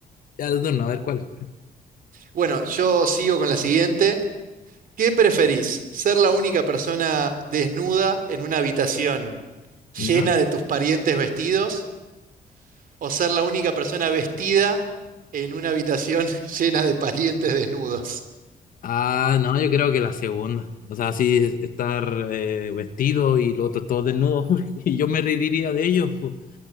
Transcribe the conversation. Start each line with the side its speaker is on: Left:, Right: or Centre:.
Left: ya de turno, a ver cuál.
Right: Bueno, yo sigo con la siguiente. ¿Qué preferís? ¿Ser la única persona desnuda en una habitación
Left: ¿Ya?
Right: llena de tus parientes vestidos? o ser la única persona vestida en una habitación <laughs> llena de parientes desnudos.
Left: Ah, no, yo creo que la segunda. O sea, sí, estar eh, vestido y lo otro todo desnudo <laughs> Y yo me reiría de ellos. po.